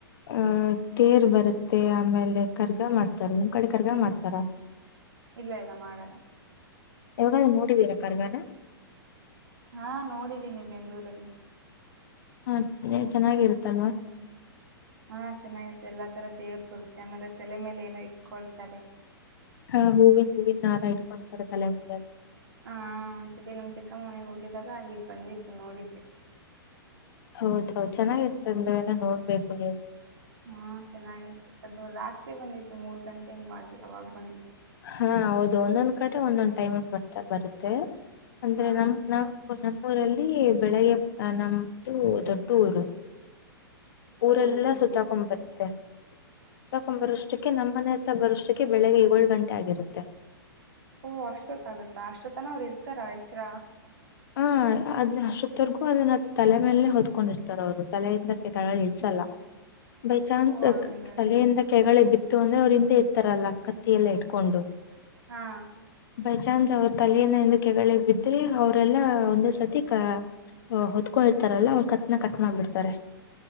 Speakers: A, on the left (about 65°); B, on the right (about 75°).
A: ಆಹ ತೇರು ಬರುತ್ತೆ <unintelligible> ಮತ್ತೆ ಆಮೇಲೆ ಕರ್ಗ ಮಾಡ್ತಾರ ನಿಮ್ ಕಡೆ ಕರ್ಗ ಮಾಡ್ತಾರ
B: ಇಲ್ಲ ಇಲ್ಲ ಮಾಡಲ್ಲ
A: ಯಾವಾಗಾದ್ರು ನೋಡಿದೀರ ಕರ್ಗಾರ
B: ಹಾ ನೋಡಿದ್ದೀನಿ ಬೆಂಗಳೂರಲ್ಲಿ
A: ಹಾ ನೀವು <unintelligible> ಚೆನ್ನಾಗಿರುತ್ತಲ್ವಾ
B: ಹಾ ಚೆನ್ನಾಗಿತ್ತ ಎಲ್ಲಾ ತರ ದೇವರು ಬರುತ್ತೆ ಆಮೇಲೆ ತಲೆ ಮೇಲೆ ಏನೋ ಇಟ್ಕೊಳ್ತಾರೆ
A: ಹ <unintelligible> ಹೂವನ್ ಹೂವಿನ ನಾರ ಇಟ್ಕೊಂಡು ಕರ ತಲ್ಲ ಮೇಲೆ
B: ಹ ಒಂದ್ಸತಿ ನಿಮ್ ಚಿಕ್ಕಮ್ಮ ಮನೆ ಹೋಗಿದಾಗ ಅಲ್ಲಿ ಬಂದಿತ್ತು ನೋಡಿದ್ದೆ
A: ಹೌದೌದು ಚನ್ನಾಗಿರ್ತ ಅಂದನ ನೋಡ್ಬೇಕು ನೀವು
B: ಹಾ ಚೆನ್ನಾಗಿರ್ತಿ ಅದು ರಾತ್ರಿ ಬಂದಿತ್ತು ಮೂರ್ ಗಂಟೆ ಹಂಗ್ ಬ <unintelligible> ಅವಾಗ ಬಂದಿತ್ತು
A: ಹಾ ಹೌದು ಒಂದೊಂದ್ ಕಡೆ ಒಂದೊಂದ್ ಟೈಮ್ ಬರ್ತಾ ಬರುತ್ತೆ ಅಂದ್ರೆ
B: ಹಾ
A: ನಮ ನಾ ನಮ್ಮೂಊರಲ್ಲಿ ಬೆಳಗ್ಗೆ ನಮ್ದು ದೊಡ್ಡೂರು
B: ಹೌದೌದು
A: ಊರೆಲ್ಲ ಸುತ್ತಾಕೊ ಬರುತ್ತೆ ಸತಾಕೊ ಬರಷ್ಟಕ್ಕೆ ನಮ್ಮನೆ ಹತ್ತ ಬರುಷ್ಟಕ್ಕೆ ಬೆಳಿಗ್ಗೆ ಏಳು ಗಂಟೆ ಆಗಿರುತ್ತೆ
B: ಓ ಅಷ್ಟೊತ್ ಆಗತ್ತಾ ಅಷ್ಟೊತ್ತನ ಅವ್ರು ಇರ್ತಾರ ಎಚ್ಚ್ರ
A: ಹ ಅದ್ ಅಷ್ಟೊತ್ತವರ್ಗೂ ಅದನ್ನ ತಲೆ ಮೇಲೆನೆ ಹೊದ್ಕೊಂಡಿರ್ತ ಅವ್ರು ತಲೆಯಿಂದಕ್ಕೆ ತಲೆ ಇಲ್ಸಲ್ಲ ಬೈ ಚಾನ್ಸ್
B: ಓ ಹಂಗ
A: ತಲೆಯಿಂದ ಕೆಗಗಳೆ ಬಿತ್ತು ಅಂದ್ರೆ ಅವ್ರಿಂದ ಇರ್ತಾರಲ್ಲ ಅಕ್ಕ <unintelligible> <unintelligible> ತ್ತಿಯಲ್ಲ ಇಟ್ಕೊಂಡು
B: ಹಾ
A: ಬೈ ಚಾನ್ಸ್ ಅವ್ರ ತಲೆಯಿಂದ ಎಂದು ಕೆಗಳ ಬಿದ್ದು <unintelligible> ಅವ್ರಲ್ಲ ಒಂದ್ ಸರ್ತಿ ಕ <unintelligible> ಹೊತ್ಕೊ ಇರ್ತಾರಲ್ಲ ಅವ್ರ ಕತ್ನ ಕಟ್ ಮಾಡ್ಬಿಡ್ತಾರೆ